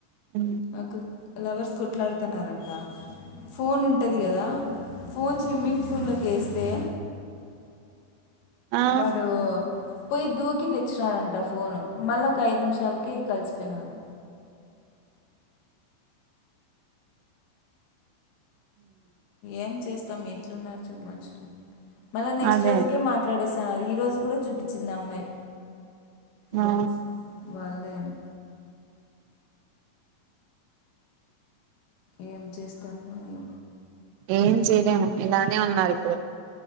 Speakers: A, on the right (about 85°); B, on the left (about 85°).
A: అ
B: ఒక లవర్స్ కొట్లాడు తన్నరంట ఫోన్ ఉంటది కదా ఫోన్ స్విమ్మింగ్ పూల్ లోకి వేస్తా తే
A: ఆ
B: వాడు పోయి దూకి తెచ్చినాడంట ఫోను మళ్ళీ ఒక ఐదు నిమిషాలకే కలిసిపోయినారు ఏం చేస్తాం ఎట్లున్నారు చూడు మనుషులు మళ్ళా నెక్స్ట్
A: అదే
B: రోజుకే మాట్లాడేస్తున్నారు ఈ రోజు కూడా చూపించింది అమ్మాయి
A: ఆ
B: వా వాళ్లే అని ఏం చేస్తాము ఏం
A: ఏం చేయలేము ఇలానే ఉన్నారు ఇప్పుడు